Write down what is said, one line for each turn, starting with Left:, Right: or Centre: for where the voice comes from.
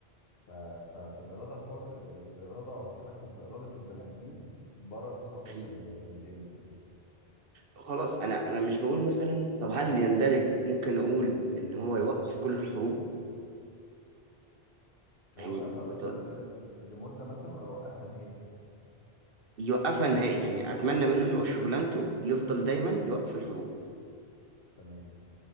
Left: ف... ف... فالاراده الحر الاراده او التحكم في اراده البني ادمين بره تخصص
Right: حقيقي.
Left: ال- الجني ده
Right: خلاص انا انا مش بقول مثلا طب هل يندرج ممكن نقول ان هو يوقف كل الحروب يعني
Left: هيوقفها بس
Right: بط-
Left: آه، ل- لمده مثلا ويوقفها نهائي
Right: يوقفها نهائي يعني اتمنى منه ان هو شغلانته يفضل دايما يوقف الحروب
Left: تمام